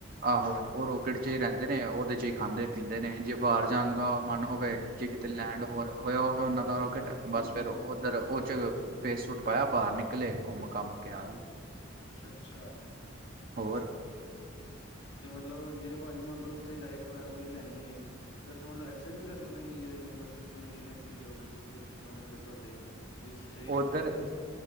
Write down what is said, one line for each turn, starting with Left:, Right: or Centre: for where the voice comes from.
Right: ਆਹੋ ਉਹ ਰੋਕਟ ਚ ਹੀ ਰਹਿੰਦੇ ਨੇ ਉਹਦੇ ਚ ਹੀ
Left: ਹੂੰ-ਹੂੰ,
Right: ਖਾਂਦੇ। ਪੀਂਦੇ ਨੇ ਜੇ ਬਾਹਰ ਜਾਣ ਦਾ ਮਨ ਹੋਵੇ ਜੇ ਕਿਤੇ ਲੈਂਡ ਹੋ ਹੋਇਆ ਹੋਵੇ ਉਹਨਾਂ ਦਾ ਰੋਕੇਟ ਬਸ
Left: ਹੂੰ-ਹੂੰ,
Right: ਫੇਰ ਓਧਰ ਉਹ ਚ ਸਪੇਸ ਸੂਟ ਪਾਇਆ ਬਾਹਰ ਨਿਕਲੇ ਘੁੰਮ ਘਮ ਕੇ ਆ ਗਏ।
Left: ਅੱਛਾ, ਅੱਛਾ।
Right: ਹੋਰ?
Left: ਤੇ ਮਤਲਬ ਜੇ ਭਾਜੀ ਮਤਲਬ ਉੱਥੇ ਡਾਇਟ ਵਗੈਰਾ ਕੋਈ ਲੈਣੀ ਏ। ਫਿਰ ਉੱਥੇ ਮਤਲਬ ਐਕਸਰੇ ਵੀ ਕਰਨੀ ਪੈਂਦੀ ਹੈ ਯੂਨੀਵਰਸ ਕੋਈ ਮਸ਼ੀਨ ਲੱਗੀ ਹੁੰਦੀ ਰੋਕਟ ਵਿੱਚ ਰੋਕਟ ਵਿੱਚ ਤੁਹਾਡੇ। ਵਿੱਚ ਸਰੀਰ ਸਵਸਥ
Right: ਉਧਰ,
Left: ਰਹੇ